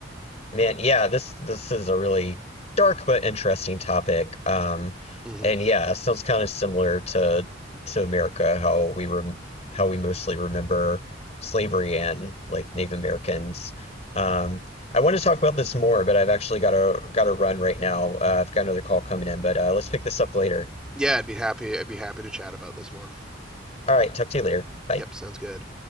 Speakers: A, on the left; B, in the centre.
A: man, yeah, this this is a really dark but interesting topic. Um,
B: mhm.
A: and yeah, it sounds kind of similar to to America, how we rem how we mostly remember slavery and like Native Americans. Um, I want to talk about this more, but I've actually got to got to run right now. Uh, I've got another call coming in, but uh, let's pick this up later.
B: Yeah, I'd be happy. I'd be happy to chat about this more.
A: All right, talk to you later. Bye.
B: Yep, sounds good.